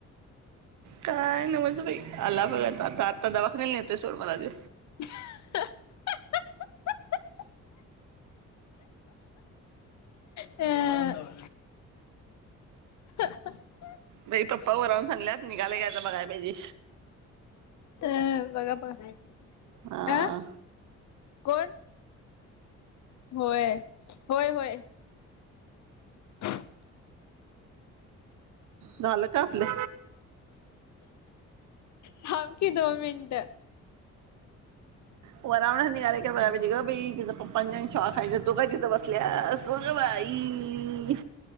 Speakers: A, on the right; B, on the left.
A: काय न्हवंच बाई. आला बघ आता, आता आत्ता दवाखान्याला नन्हेतोय सोड मला ते.
B: ह. अह ह
A: बाई पप्पा वरवून सांगल्यात निघाला घयं बघाय पाहिजे.
B: ते बघा बघा.
A: हा
B: अ. कोण? होय. होय होय. <inaudible>
A: झालं का आपलं?
B: थांब की दोन मिनिटं
A: व रावणा नि गले. बा म्हणजे ग बाई तिचां पप्पांच्या शॉखाय तु का तिथं बसल्यास ग बाई.